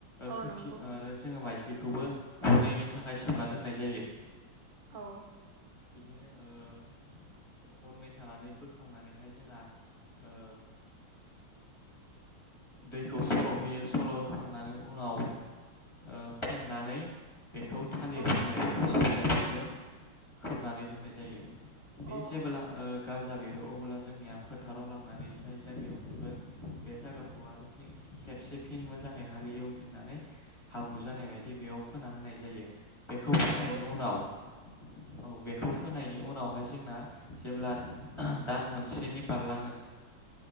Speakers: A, on the right; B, on the left.
A: औ
B: खोथि
A: नंगौ
B: आरो जोंङो माइज्लि खौबो हरनैनि थाखाय सोमना दोननाय जायो।
A: औ‌।
B: बिदिनो ओ हरनै थानानै बोखांनानैहाय जोंहा ओ दैखौ सर'होयो सर' होखांनानै उनाव ओ फेननानै बेखौ थालिर
A: औ
B: बिलाइ एबा थास' बिलाइफोरजों खोबनानै दोननाय जायो। बे
A: औ
B: जेबोब्ला ओ गाजा बेरो अबोला जोंनिया फोथाराव लां नानै जाय जायगायाव फोगोन बे जायगा खौ आरो फि खेबसे फिन मोजांङै हालेवफिननानै हाब्रु जानाय बायदि बेयाव फोना होनाय जायो। बेखौ फोनायनि
A: औ
B: उनाव औ बेखौ फोनायनि उनावहाय जोंना जेब्ला दान मोनसेनि बारलाङो